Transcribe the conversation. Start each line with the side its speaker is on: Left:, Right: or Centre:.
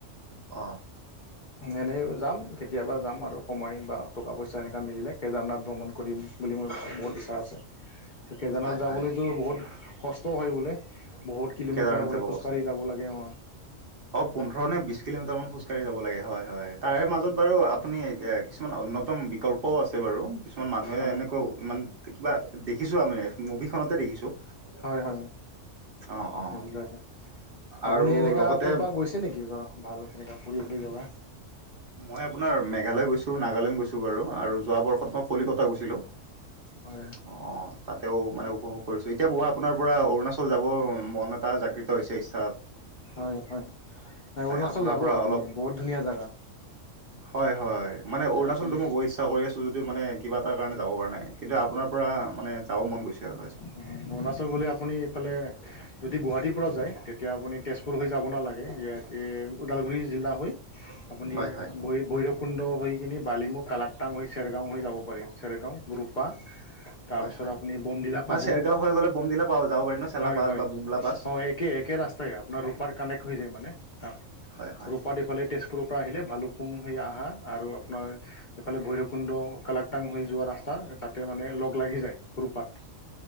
Right: অ
Left: এনেইও যাম কেতিয়াবা যাম আৰু। সময় বা টকা পইচা এনেকা মিলিলে কেদাৰনাথ ভ্ৰমণ কৰিম বুলি মোৰ বহুত ইচ্ছা আছে। কেদাৰনাথ
Right: হয়
Left: যাবলৈতো
Right: হয়
Left: বহুত কষ্টও হয় বোলে। বহুত। কিলোমিটাৰ
Right: কেদাৰনাথ
Left: বোলে
Right: যাব
Left: খোজকাঢ়ি
Right: কষ্ট
Left: যাব লাগে। অমাৰ।
Right: অ পোন্ধৰ নে বিশ কিলোমিটাৰ মান খোজকাঢ়ি যাব লাগে হয়, হয়। তাৰে মাজত। বাৰু আপুনি এ কিছুমান অন্যতম বিকল্পও আছে বাৰু কিছুমান মানুহে
Left: হয়
Right: এনেকও। ইমানতে কিবা দেখিছোঁ আমি মানে মভিখনতে দেখিছোঁ।
Left: হয়, হয়
Right: অ অ
Left: সেইবিলাকে আপুনি
Right: আৰু
Left: এনেকা।
Right: লগতে
Left: ক'তবা গৈছে নেকি ৰ ভাল এনেকা ফুৰিবলৈ জগা।
Right: মই আপোনাৰ মেঘালয় গৈছোঁ, নাগালেণ্ড গৈছোঁ বাৰু, আৰু যোৱা বৰ্ষত মই কলিকতা গৈছিলোঁ।
Left: হয়।
Right: অঁ তাতেওঁ মানে উপভোগ কৰিছোঁ। এতিয়া মউ আপোনাৰ পৰা অৰুণাচল যাবৰ মন এটা জাগৃত হৈছে ইচ্ছা।
Left: হয়, হয় এ অৰুণাচল
Right: আপোনাৰ
Left: যাব
Right: পৰা
Left: আপুনিও
Right: অলপ
Left: বহুত ধুনীয়া জাগা।
Right: হয়, হয় মানে অৰুণাচলটো
Left: আপুনি
Right: মই বৰ ইচ্ছা কৰি আছো যদিও মানে কিবা এটা কাৰণে যাব পৰা নাই। কিন্তু আপোনাৰ পৰা মানে যাব মন গৈছে আৰু আজি।
Left: অ অৰুণাচল গ'লে আপুনি এইফালে যদি গুৱাহাটীৰ পৰা যায় তেতিয়া আপুনি তেছপুৰ‌ হৈ যাব নালাগে। এ এই ওদালগুৰি জিলা হৈ।
Right: <inaudible>
Left: আপুনি
Right: হয়,
Left: এম ভৈ ভৈৰৱকুণ্ড হৈ কিনি বালিমু কালাকটাং হৈ চেৰগাঁও হৈ যাব পাৰি চেৰগাঁও ৰ্ৰূপ। বাহ তাৰপিছত
Right: হয়, হয়।
Left: আপুনি বমডিলা
Right: মানে
Left: পাব।
Right: চেৰগাঁও হৈ গ'লে বমদিলা পা যাব পাৰিম ন' চেলা
Left: হয়,
Right: পাছ
Left: হয়,
Right: বা বুমলা পাছ।
Left: হয় একে একে ৰাছ হয় আপোনাৰ ৰূপাৰ কানেক্ট হৈ যায় মানে অ
Right: হয়, হয়।
Left: ৰূপাডি ফালে তেছপুৰৰ পৰা আহিলে, ভালুকপুং হৈ আহা আৰু আপোনাৰ। এইফালে ভৈৰৱকুণ্ড কালাকটাং হৈ যোৱা, ৰাস্তা তাতে মানে লগ লাগি যায় ৰুপাত।